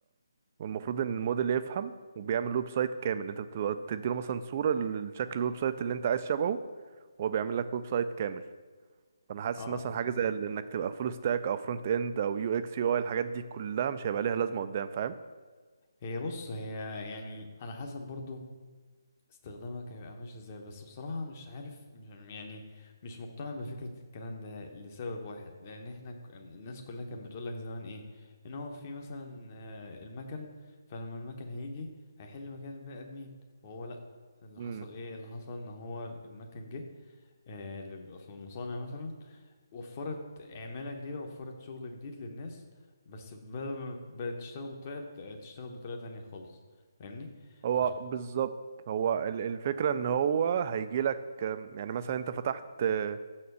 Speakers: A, on the right; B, on the left.
A: والمفروض ان الموديل يفهم وبيعمل ويب سايت كامل انت بتبقى بتديله مثلا صوره لشكل الويب سايت اللي انت عايز شبهه وهو بيعمل لك ويب سايت كامل فانا حاسس
B: اه
A: مثلا
B: آه.
A: حاجه زي ال- انك تبقى فول ستاك او فرونت اند او يو اكس يو اي الحاجات دي كلها مش هيبقى ليها لازمه قدام فاهم
B: هي بص هي يعني على حسب برضو استخدامك هيبقى ماشي ازاي بس بصراحة مش عارف م- يعني مش مقتنع بفكرة الكلام ده لسبب واحد لأن احنا ك- الناس كلها كانت بتقولك زمان ايه ان هو في مثلا آه، المكن فلما المكن هيجي هيحل مكان البني آدمين وهو لأ اللي
A: امم
B: حصل ايه اللي حصل ان هو المكن جه آه، اللي بيبقى في المصانع مثلا وفرت عمالة جديدة وفرت شغل جديد للناس بس بدل ما بقت تشتغل بطريقة بقت تشتغل بطريقة تانية خالص فاهمني؟
A: هو
B: فعش-
A: بالظبط هو ال- الفكره ان هو هيجي لك يعني مثلا انت فتحت آه،